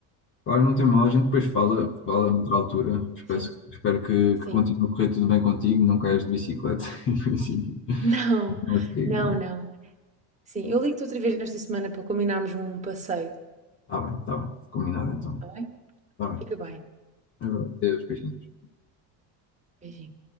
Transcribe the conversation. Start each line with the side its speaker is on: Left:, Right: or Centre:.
Left: Claro, não tem mal, a gente depois fala, fala noutra altura. Espero,
Right: Sim,
Left: espero que,
Right: sim.
Left: que continue
Right: <laughs>
Left: a correr tudo bem contigo, não caias de bicicleta, <laughs> em princípio.
Right: Não,
Left: Não vais cair,
Right: não,
Left: não é?
Right: não. Sim, eu ligo-te outra vez esta semana para combinarmos um passeio,
Left: Tá bem, tá bem. Combinado então.
Right: tá bem?
Left: Tá bem.
Right: Fica bem.
Left: Agora, Adeus, beijinhos.
Right: Beijinho.